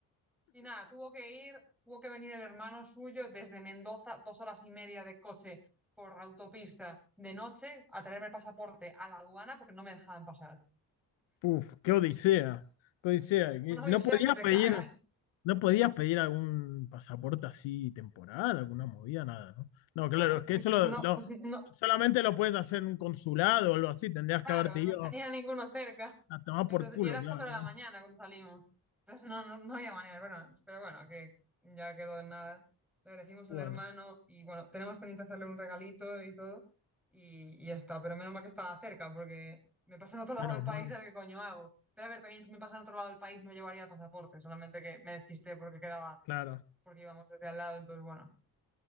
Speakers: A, in the centre; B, on the left.
A: Y nada, tuvo que ir, tuvo que venir el hermano suyo desde Mendoza, dos horas y media de coche por autopista de noche, a traerme el pasaporte a la aduana porque no me dejaban pasar.
B: Puf, qué odisea. Qué odisea. Y
A: Una
B: No
A: odisea
B: podías
A: que te
B: pedir,
A: cagas.
B: no podías pedir algún pasaporte así temporal, alguna movida, nada, ¿no? No, claro,
A: No, que-
B: es que eso lo,
A: no,
B: lo-
A: pues, no,
B: solamente lo puedes hacer en un consulado o algo así. Tendrías
A: claro,
B: que haberte
A: no
B: ido
A: tenía ninguno cerca.
B: a tomar
A: Entonces,
B: por culo,
A: y eras
B: claro,
A: cuatro de
B: claro.
A: la mañana cuando salimos. Entonces no, no, no había manera, bueno, pero bueno, que ya quedó en nada. Le agradecimos
B: Bueno,
A: al hermano y bueno, tenemos pendiente hacerle un regalito y todo. Y, y ya está, pero menos mal que estaba cerca porque me pasa en otro lado
B: menos
A: del
B: mal,
A: país, a ver qué coño hago. Pero a ver, también si me pasa en otro lado del país me llevaría el pasaporte, solamente que me despisté porque quedaba,
B: claro.
A: porque íbamos desde al lado, entonces bueno.